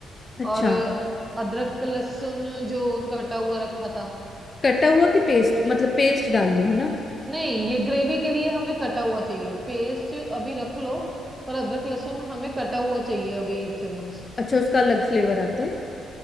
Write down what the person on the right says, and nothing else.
और अदरक लहसुन जो कटा हुआ रखा था
नहीं ये ग्रेवी के लिए हमें कटा हुआ चाहिए पेस्ट अभी रख लो पर अदरक लहसुन हमें कटा हुआ चाहिए अभी एक चम्मच